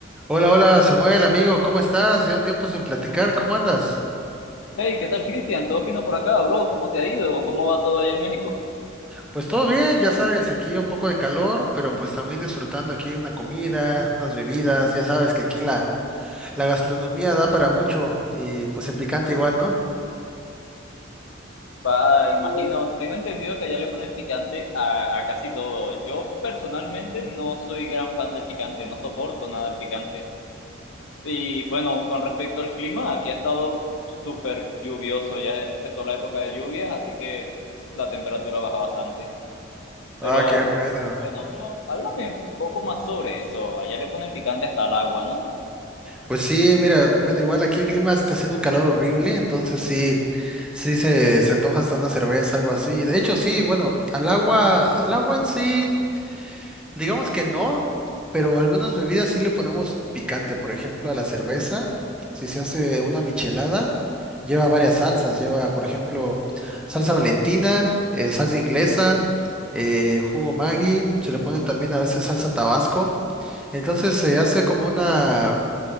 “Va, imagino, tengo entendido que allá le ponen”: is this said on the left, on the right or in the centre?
Left